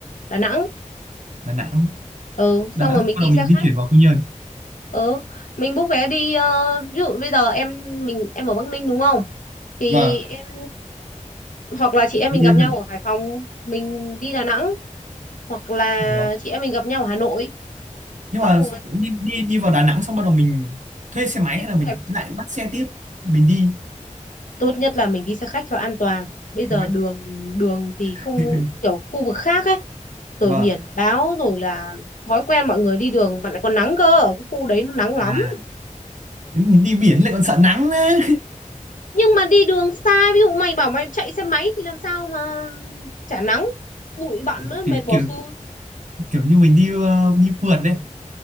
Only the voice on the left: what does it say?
Đà Nẵng
ừ xong
rồi
mình đi
xe
khách
Ừ, mình book vé đi ờ, ví dụ bây giờ em mình em ở Bắc Ninh đúng không? Thì
em hoặc là chị em
mình
gặp
nhau ở Hải Phòng, mình đi Đà Nẵng hoặc là
chị em mình gặp nhau ở Hà Nội. Xong
rồi
thì
cũng
phải
tốt nhất là mình đi xe khách cho an toàn. Bây giờ
đường đường thì
không kiểu khu vực khác ấy, rồi
biển báo rồi là thói quen mọi người đi đường mà lại còn nắng cơ, ở cái khu đấy nó nắng
lắm.
nhưng mà đi đường xa ví dụ mày bảo mày chạy xe máy thì làm sao mà chả nắng bụi bặm
nữa mệt
bỏ
xu